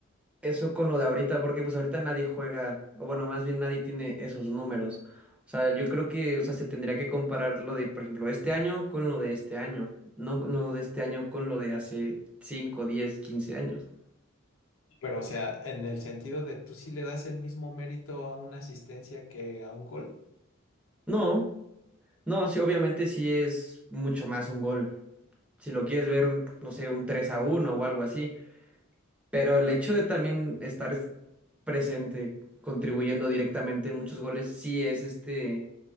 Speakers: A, in the centre; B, on the left (about 65°).
A: eso con lo de ahorita, porque pues ahorita nadie juega, o bueno, más bien nadie tiene esos números. O sea, yo creo que, o sea, se tendría que comparar lo de, por ejemplo, este año con lo de este año, no lo de este año con lo de hace cinco diez quince años.
B: Pero, o sea, en el sentido de tú sí le das el mismo mérito a una asistencia que a un gol.
A: No, no, sí, obviamente sí es mucho más un gol. Si lo quieres ver, no sé, un 3 a uno o algo así. Pero el hecho de también estar presente, contribuyendo directamente en muchos goles, sí es este